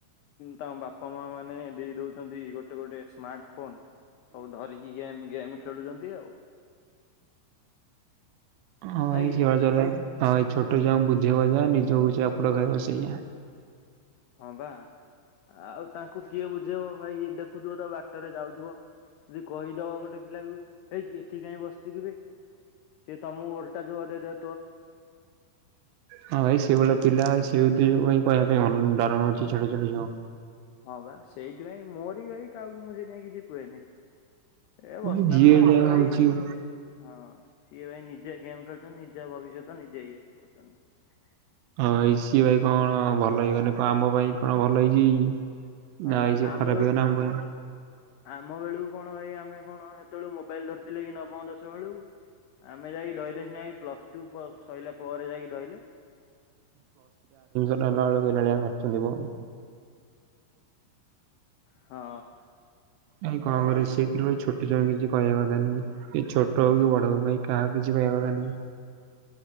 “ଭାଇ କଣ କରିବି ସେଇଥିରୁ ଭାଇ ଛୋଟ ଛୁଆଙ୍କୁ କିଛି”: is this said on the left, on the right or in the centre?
Right